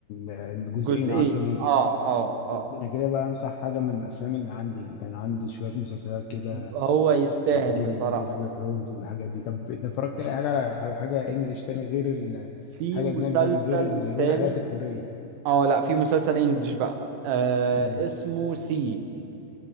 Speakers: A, on the left; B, on the right.
A: الجزئين
B: جزئين
A: 10 جيجا
B: اه اه اه
A: ده انا كده بقى امسح حاجه من الافلام اللي عندي انا كان عندي شويه مسلسلات كده
B: هو يستاهل
A: جيم
B: بصراحة
A: جيم اوف ثرونز والحاجات دي طب انت اتفرجت اي حاجه على على حاجه انجليش تاني غير ال...
B: في
A: حاجه
B: مسلسل
A: اجنبي تاني غير ال... غير
B: تاني
A: الحاجات الكوريه
B: اه لا في مسلسل انجلش بقى آه
A: مم.
B: اسمه سي